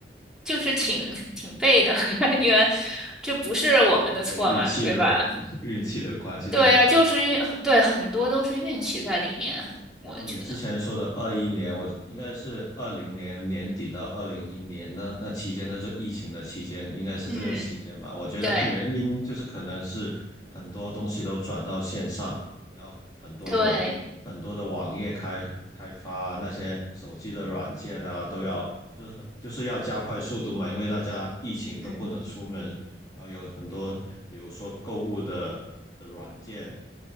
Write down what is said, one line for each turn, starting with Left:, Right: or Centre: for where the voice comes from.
Centre: 就是挺挺背的 <laughs> 感觉，这不是我们的错嘛，
Left: 有点运气的
Centre: 对吧？
Left: <laughs> 运气的关系在里面。
Centre: 对呀，就是运，对，很多都是运气在里面，我觉得，
Left: 呃，你之前说的二一年，我应该是二零年年底到二零一年那那期间，那就疫情的期间，应该是这个期间吧。
Centre: 嗯，
Left: 我觉得原因就是可能是很多东西都转到线上，
Centre: 对
Left: 然后很多的很多的网页开开发啊那些手机的软件啊，
Centre: 对，
Left: 都要就是就是要加快速度嘛，因为大家疫情都不能出门，
Centre: 嗯，
Left: 然后有很多比如说购物的的软件。